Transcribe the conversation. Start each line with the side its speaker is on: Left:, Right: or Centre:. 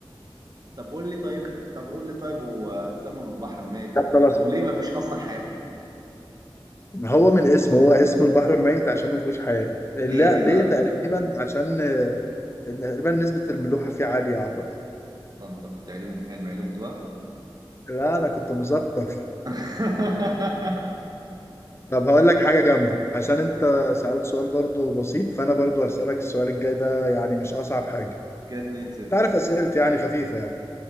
Right: طب قول لي طيب طب قول لي طيب هو السما بالبحر الميت
Left: طب
Right: ليه
Left: خلاص
Right: او ليه ما فيش اصلا حياة فيه
Left: هو من اسمه هو اسمه البحر الميت عشان ما فيهوش حياة لا
Right: ليه ليه
Left: ليه
Right: بقى
Left: تقريبا عشان آه، تقريبا نسبة الملوحة فيه عالية أعتقد
Right: ده انت كنت علوم علم علوم صح
Left: لا أنا كنت مثقف
Right: <laughs>
Left: طب هقول لك حاجة جامدة عشان أنت سألت سؤال برضو بسيط فأنا برضو هسألك السؤال الجاي ده يعني مش أصعب حاجة
Right: كده 2 0
Left: تعرف أسئلتي يعني خفيفة يعني